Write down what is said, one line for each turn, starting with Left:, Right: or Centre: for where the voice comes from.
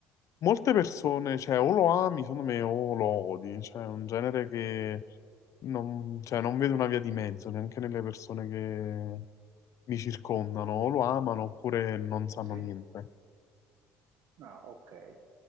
Left: molte persone, cioè o lo ami, secondo me, o lo odi, cioè è un genere che non, cioè, non vedo una via di mezzo neanche nelle persone che mi circondano, o lo amano oppure non sanno
Right: Sì?
Left: niente.
Right: Ah, ok.